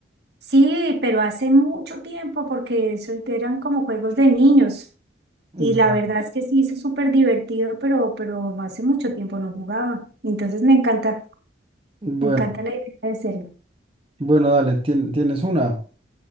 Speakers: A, on the right; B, on the right.
A: Sí, pero hace mucho tiempo porque eso eran como juegos de niños. Y
B: Ya.
A: la verdad es que sí, es súper divertido, pero, pero hace mucho tiempo no jugaba. Entonces me encanta,
B: Bueno,
A: me encanta la idea de hacerlo.
B: bueno, dale, tien- tienes una.